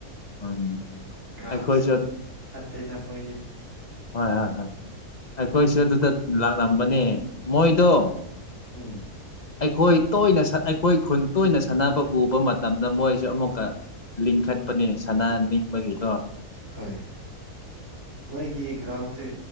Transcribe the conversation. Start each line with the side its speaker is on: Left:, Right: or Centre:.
Left: ꯎꯝ
Right: ꯭ꯔꯥꯎꯝꯁꯨ
Left: ꯑꯩꯈꯣꯏꯁꯨ
Right: ꯐꯠꯇꯦ ꯇꯃ
Left: ꯍꯣꯏ ꯍꯣꯏ ꯍꯣꯏ ꯑꯩꯈꯣꯏꯁꯨ ꯑꯗꯨꯗ ꯂꯥꯛꯂꯝꯝꯕꯅꯦ ꯃꯣꯏꯗꯣ
Right: ꯑꯥ ꯎꯝ
Left: ꯑꯩꯈꯣꯏ ꯇꯣꯏꯅ ꯑꯩꯈꯣꯏ ꯈꯨꯟ ꯇꯣꯏꯅ ꯁꯥꯟꯅꯕ ꯎꯕ ꯃꯇꯝꯗ ꯃꯣꯏꯁꯨꯦ ꯑꯃꯨꯛꯀ ꯂꯤꯡꯈꯠꯄꯅꯦ ꯁꯅꯥ ꯅꯤꯡꯕꯒꯤꯗꯣ
Right: ꯍꯣꯏ ꯅꯣꯏꯒꯤ ꯒ꯭ꯔꯥꯎꯁꯦ